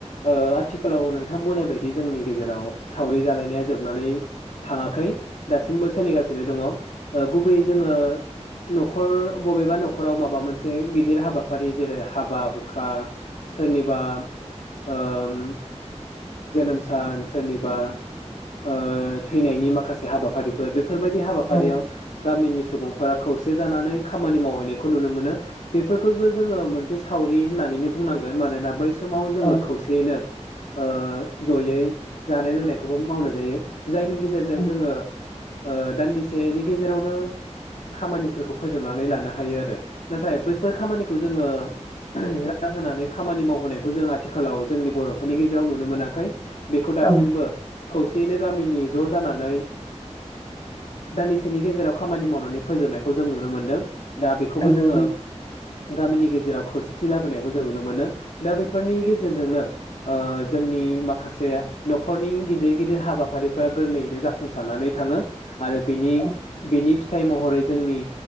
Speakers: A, on the left (about 80°); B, on the left (about 40°).
A: ओ आथिखालाव नोंथां बुंनाय बायदि जोंनि गेजेराव सावरि जालायनाया जोबनानै थाङाखै दासिमबो सोलिगासिनो दङ ओ गुबैयै जोङो न'खर बबेबा न'खराव माबा मोनसे मि गिदिर हाबाफारि जेरै हाबा हुखा सोरनिबा ओम जोनोम सान सोरनिबा ओ थैनायनि माखासे हाबाफारिफोर बे बेफोरबायदि हाबाफारियाव
B: औ
A: गामिनि सुबुंफोरा खौसे जानानै खामानि मावहैनायखौ नुनो मोनो बेफोरखौबो जोङो मोनसे सावरि होननानैनो बुंनां मानो ना <inaudible> समाव जोङो
B: औ
A: खौसेयैनो ओ ज'यै जानाय लोंनायखौबो मावनाय जायो जायनि गेजेरजों
B: औ
A: जोङो ओ दान्दिसेनि गेजेरावनो खामानिफोरखौ फोजोबनानै लानो हायो आरो नाथाय बैफोर खामानिखौ जोङो <unintelligible> रान होनानै खामानि मावहोनायखौ जों आथिखालाव जोंनि बर'फोरनि गेजेराव नुनो मोनाखै बेखौ दासिमबो
B: औ
A: खौसेयैनो गामिनि ज' जानानै दान्दिसेनि गेजेराव खामानि मावनानै फोजोबनायखौ जों नुनो मोनदों दा बेखौबो
B: नंगौ
A: जोङो
B: नंगौ
A: गामिनि गेजे जेराव खौसेथि लाबोनायखौ जों नुनो मोनो दा बेफोरनि गेजेरजोंनो ओ जोंनि माखास से न'खरनि गिदिर गिदिर हाबाफारिफ्रा गोरलैयैनो जाफुंसारनानै थाङो आरो बेनि
B: औ
A: बेनि फिथाइ महरै जोंनि